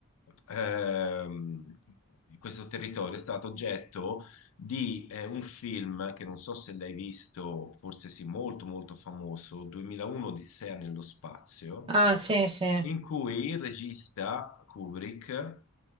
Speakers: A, on the left (about 75°); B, on the right (about 25°).
A: ehm, questo territorio è stato oggetto di eh, un film che non so se l'hai visto, forse sì, molto molto famoso, 2001 Odissea nello spazio,
B: ah, sì, sì,
A: in cui il regista Kubrick